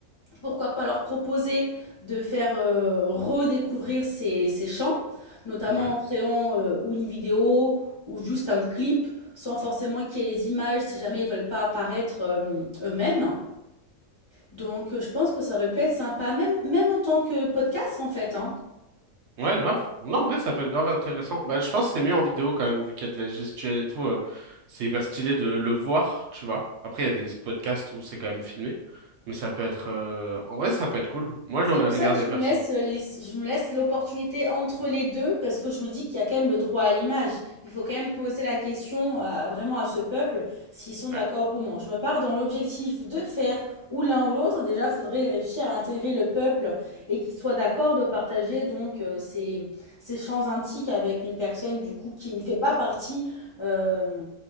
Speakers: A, on the left; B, on the right.
A: pourquoi pas leur proposer de faire euh, redécouvrir ces, ces chants, notamment
B: Ouais.
A: en créant euh, ou une vidéo ou juste un clip, sans forcément qu'il y ait les images si jamais ils veulent pas apparaître euh, eux-mêmes. Donc euh, je pense que ça aurait pu être sympa, même, même en tant que podcast en fait. hein.
B: Ouais, grave. Non, en vrai, ça peut être grave intéressant. Bah, je pense que c'est mieux en vidéo quand même, vu qu'il y a de la gestuelle et tout. euh, c'est hyper stylé de le voir, tu vois. Après, il y a des podcasts où c'est quand même filmé. Mais ça peut être... euh, En vrai, ça peut être cool. Moi,
A: C'est
B: j'aurais
A: pour
B: regardé
A: ça que je
B: perso.
A: me laisse, euh, les- je me laisse l'opportunité entre les deux parce que je me dis qu'il y a quand même le droit à l'image. Il faut quand même poser la question à- vraiment à ce peuple s'ils sont
B: Ouais.
A: d'accord ou non. Je me pars dans l'objectif de faire ou l'un ou l'autre. Déjà, il faudrait réussir à intégrer le peuple et qu'il soit d'accord de partager donc euh, ces ces champs antiques avec une personne du coup qui ne fait pas partie euh,